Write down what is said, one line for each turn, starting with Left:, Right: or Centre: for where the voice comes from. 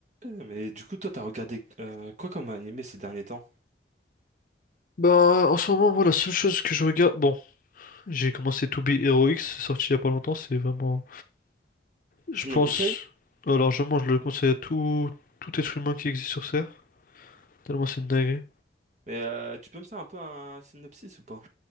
Right: Euh, Mais du coup, toi, t'as regardé euh, quoi comme animé ces derniers temps?
Left: Bah, en ce moment, moi, la seule chose que je regarde, bon, j'ai commencé To Be Heroic, c'est sorti il y a pas longtemps, c'est vraiment, je
Right: Tu
Left: pense,
Right: me le conseilles?
Left: alors je mange je le conseille à tout, tout être humain qui existe sur Terre, tellement c'est une dinguerie.
Right: Mais euh, tu peux me faire un peu un synopsis ou pas?